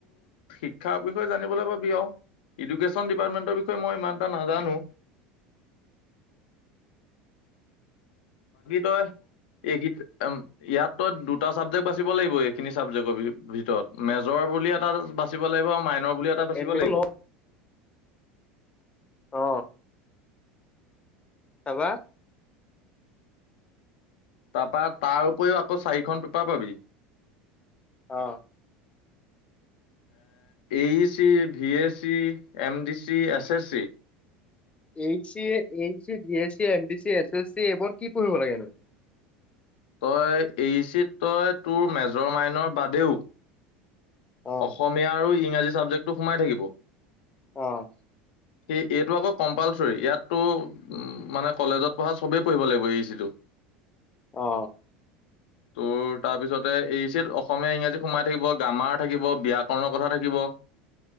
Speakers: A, on the left; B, on the left.
A: শিক্ষাৰ বিষয়ে জানিবলৈ পাবি আও এডুকেশ্যন ডিপাৰ্টমেন্টৰ বিষয়ে মই ইমান এটা নাজানো তই এই গীত অম ইয়াত তই দুটা চাবজেক্ট বাচিব লাগিব এইখিনি চাবজেক্টৰ ভিতৰত মেজৰ বুলি এটা বাচিব লাগিব আৰু মাইনৰ বুলি এটা বাচিব
B: এডমিশ্যন
A: লাগিব
B: ল অ তাপা
A: তাৰপা তাৰ উপৰিও আকৌ চাৰিখন পেপাৰ পাবি
B: অ
A: E E C, V A C, M D C, S S C
B: এই চি এই C, B A C, M B C, S S C এইবোৰ কি পঢ়িব লাগেনো?
A: তই এইচিত তই তোৰ মেজৰ মাইনৰ বাদেও
B: অ
A: অসমীয়া আৰু ইং ৰাজী চাবজেক্টো সোমাই থাকিব
B: অ
A: সেই এইটো আকৌ কম্পালচৰি ইয়াততো মানে কলেজত পঢ়া চবেই পঢ়িব লাগিব এই চি টো।
B: অ
A: তোৰ তাৰপিছতে এই চিত অসমীয়া ইংৰাজী সোমাই থাকিব গ্ৰামাত থাকিব ব্যয়াকৰণৰ কথা থাকিব